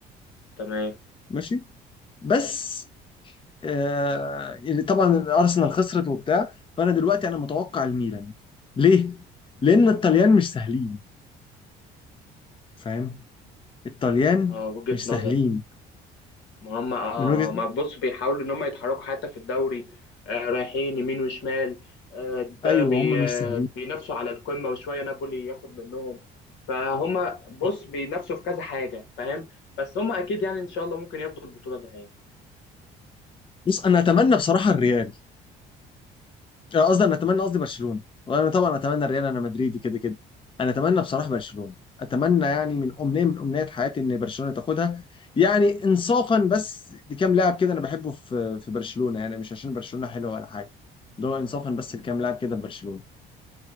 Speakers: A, on the left; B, on the left.
A: تمام
B: ماشي بس آه، اللي طبعا الارسنال خسرت وبتاع فانا دلوقتي انا متوقع الميلان ليه؟ لان الطليان مش سهلين فاهم؟ الطليان
A: اه وجهة
B: مش
A: نظر
B: سهلين
A: ما هم اه
B: من وجهة
A: ما بص بيحاولوا ان هم يتحركوا حتى في الدوري آه رايحين يمين وشمال آه ده
B: ايوه
A: بي
B: هم مش
A: آه
B: سهلين
A: بينافسوا على القمة وشوية نابولي ياخد منهم فهم
B: بالظبط
A: بص بينافسوا في كذا حاجة فاهم بس هم اكيد يعني ان شاء الله ممكن ياخدوا البطولة ده هي
B: بص انا اتمنى بصراحة الريال أنا قصدي انا اتمنى قصدي برشلونه وانا طبعا اتمنى الريال انا مدريدي كده كده انا اتمنى بصراحه برشلونه اتمنى يعني من امنيه من امنيات حياتي ان برشلونه تاخدها يعني انصافا بس لكام لاعب كده انا بحبه في في برشلونه يعني مش عشان برشلونه حلوه ولا حاجه ده هو انصافا بس لكام لاعب كده في برشلونه